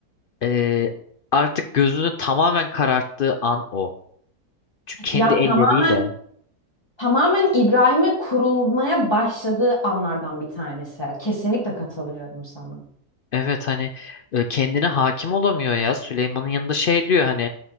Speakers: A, on the left; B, on the left.
A: e, artık gözünü tamamen kararttığı an o. Çünkü kendi
B: Ya
A: elleriyle.
B: tamamen tamamen İbrahim'e kurulmaya başladığı anlardan bir tanesi. Kesinlikle katılıyorum sana.
A: Evet hani e, kendine hakim olamıyor ya. Süleyman'ın yanında şey diyor hani